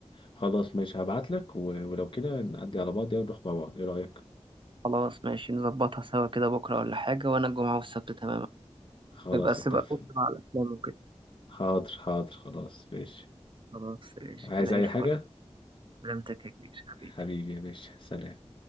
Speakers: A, on the left; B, on the right.
A: خلاص ماشي هبعت لك و... ولو كده نعدي على بعض ونروح مع بعض ايه رايك
B: خلاص ماشي نظبطها سوا كده بكرة ولا حاجة وأنا الجمعة والسبت تماما
A: خلاص
B: يبقى السبت
A: اتفق
B: بص مع الأفلام وكده
A: حاضر حاضر خلاص ماشي
B: خلاص ماشي
A: عايز
B: زي
A: اي
B: الفل
A: حاجه
B: سلامتك يا كبير حبيبي
A: حبيبي يا باشا سلام